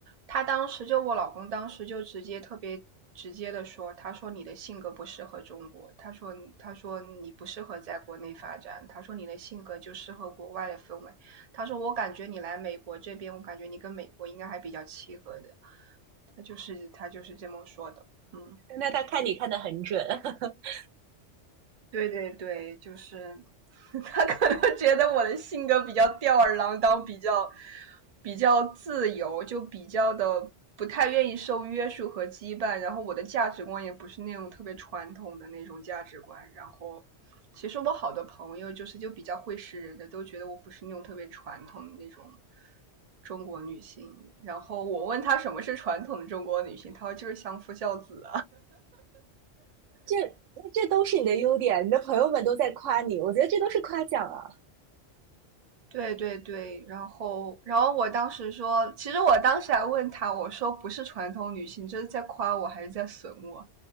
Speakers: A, on the right; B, on the right.
A: 他当时就我老公当时就直接特别直接的说，他说你的性格不适合中国，他说他说你不适合在国内发展，他说你的性格就适合国外的氛围，他说我感觉你来美国这边，我感觉你跟美国应该还比较契合的，他就是他就是这么说的，嗯。
B: 那他看你看的很准 <laughs>，
A: 对对对，就是 <laughs> 他可能觉得我的性格比较吊儿郎当，比较比较自由，就比较的不太愿意受约束和羁绊。然后我的价值观也不是那种特别传统的那种价值观。然后其实我好多朋友就是就比较会识人的，都觉得我不是那种特别传统的那种中国女性。然后我问他什么是传统的中国女性，他说就是相夫教子。
B: 这这都是你的优点，你的朋友们都在夸你，我觉得这都是夸奖啊，
A: 对对对，然后然后我当时说，其实我当时还问他，我说不是传统女性，这是在夸我还是在损我？